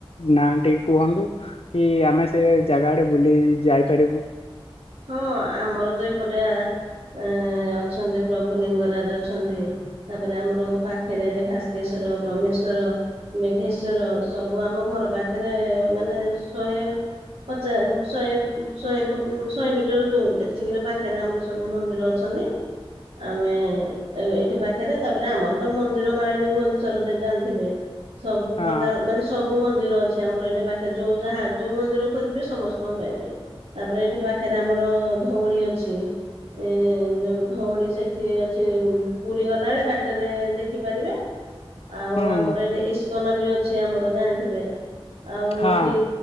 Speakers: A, on the left; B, on the right.
A: ନାଁ ଟିକେ କୁହନ୍ତୁ। କି ଆମେ ସେ ଜାଗାଡ଼େ ବୁଲି ଯାଇପାରିବୁ।
B: ହଁ ଆମର ତ ଏପଟିଆ ଅ ଅଛନ୍ତି ପ୍ରଭୁ ଲିଙ୍ଗରାଜ ଅଛନ୍ତି। ତାପରେ, ଆମର ପାଖରେ ଭାସ୍କେଶ୍ଵର, ବ୍ରହ୍ମେଶ୍ଵର, ମେଘେଶ୍ଵର ସବୁ ଆମ ଘର ପାଖରେ ମାନେ ଶହେ ପଚା ଶହେ ଶହେ ଫୁଟ ଶହେ ମିଟର ଦ ଏତିକିରେ ପାଖରେ ଆମର ସବୁ ମନ୍ଦିର ଅଛନ୍ତି। ଆମେ ଏ-ଏଇଠି ପାଖରେ ତାପରେ, ଆମର ତ ମନ୍ଦିର ମାଳିନୀ ଭୁବନେଶ୍ଵର ଜାଣିଥିବେ। ସବୁ
A: ହଁ
B: ପ୍ରକାର ମାନେ ସବୁ ସବୁ ମନ୍ଦିର ଅଛି ଆମର ଏଠି ପାଖରେ ଯଉ, ଯାହା ଯୋଉ ମନ୍ଦିର ଖୋଜିବେ ସମସ୍ତଙ୍କୁ ପାଇବେ। ତାପରେ ଏଠି ପାଖ ଏଥିରେ ଆମର ଧଉଳି ଅଛି। ଏ ଯଉଁ ଧଉଳି ସେଠି ଅଛି। ପୁରୀ ଗଲାବେଳେ ବାଟରେ ଦେଖିପାରିବେ। ଆଉ
A: ହୁଁ
B: ଆମର ଏଠି ଇସ୍କନ ବି ଅଛି, ଆମର ଜାଣିଥିବେ। ଆଉ
A: ହଁ
B: ଏଠି